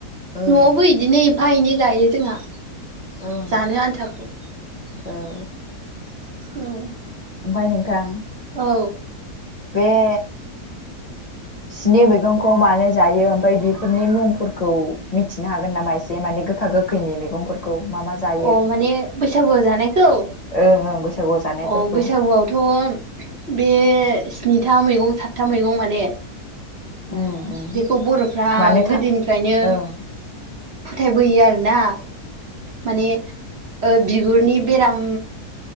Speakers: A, on the left; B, on the right.
A: ओ
B: न'आवबो बिदिनो एफा एनै गायो जोंहा
A: ओं
B: जानो आन्थाखौ
A: औ
B: औ
A: ओमफ्राय नोंथां
B: औ
A: बेे सिनि मैगंखौ मानो जायो ओमफ्राय बेफोरनि मुंफोरखौ मिथिनो हागोन नामा एसे माने गोखा गोखैनि मैगंफोरखौ मा मा जायो?
B: अ माने बैसागुआव जानायखौ
A: ओं ओं बैसागुआव जानायफोरखौ
B: अ बैसागुआवथ' बे स्निथा मैगं, सातथा मैगं माने
A: उम उम
B: बेखौ बर'फ्रा
A: मानो था
B: गोदोनिफ्रायनो
A: ओं
B: फोथायबोयो आरोना माने ओ बिगुरनि बेराम